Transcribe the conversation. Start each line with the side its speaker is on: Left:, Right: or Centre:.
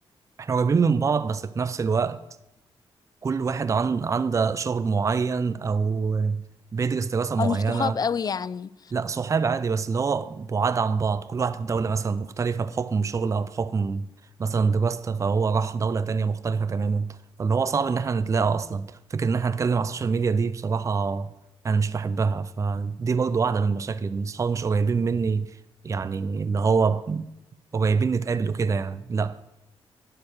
Right: احنا قريبين من بعض بس في نفس الوقت كل واحد عن عنده شغل معين او بيدرس دراسة معينة
Left: او مش صحاب قوي يعني
Right: لا صحاب عادي بس اللي هو بعاد عن بعض كل واحد في دولة مثلا مختلفة بحكم شغل او بحكم مثلا دراسته فهو راح دولة تانية مختلفة تماما فاللي هو صعب ان احنا نتلاقى اصلا فكرة ان احنا نتكلم على السوشيال ميديا دي بصراحة انا مش بحبها فدي برضو واحدة من المشاكل ان اصحابي مش قريبين مني يعني اللي هو قريبين نتقابل وكده يعني لا